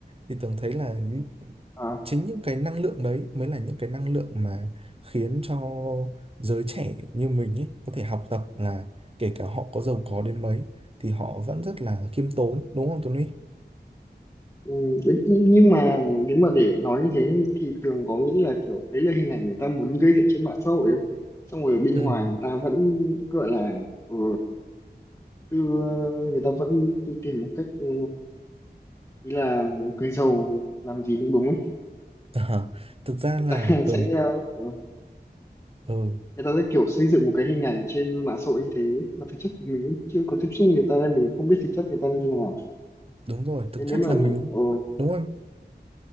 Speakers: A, on the right; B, on the left.
A: thì tưởng thấy là những-
B: á.
A: chính những cái năng lượng đấy mới là những cái năng lượng mà khiến cho giới trẻ như mình ấy có thể học tập là kể cả họ có giàu có đến mấy thì họ vẫn rất là khiêm tốn đúng không Tuấn Huy?
B: Ừ, đấy, nh- nhưng mà nếu mà để nói như thế thì Tường có nghĩ là kiểu đấy là hình ảnh người ta muốn gây dựng trên mạng xã hội không? Xong rồi ở bên
A: Ừ.
B: ngoài
A: <laughs>
B: người ta vẫn gọi là ờ, cứ- ờ, người ta vẫn cứ tìm một cách ờ, ý là người giàu làm gì cũng đúng ấy.
A: À, thực ra
B: Người
A: là
B: ta <laughs>
A: tưởng
B: sẽ ờ, ờ,
A: ừ
B: người ta sẽ kiểu xây dựng một cái hình ảnh trên mạng xã hội như thế mà thực chất thì mình cũng chưa có tiếp xúc người ta nên mình không biết thực chất người ta như thế nào.
A: đúng rồi thực
B: Nên
A: chất
B: nếu mà
A: là mình
B: ờ,
A: đúng không